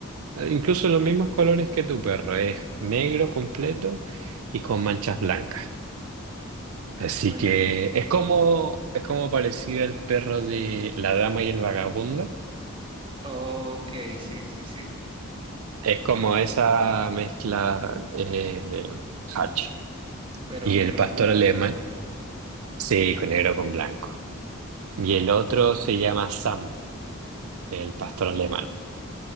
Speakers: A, on the right; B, on the right.
A: incluso los mismos colores que tu perro, es negro completo y con manchas blancas. Así
B: Me
A: que
B: encanta.
A: es como, es como parecido el perro de La Dama y el Vagabundo.
B: Ok, sí, sí, sí.
A: Es como esa mezcla eh, Hatch.
B: pero
A: Y
B: negro
A: el pastor
B: con blanco.
A: alemán, sí, con negro con blanco. Y el otro se llama Sam, el pastor alemán.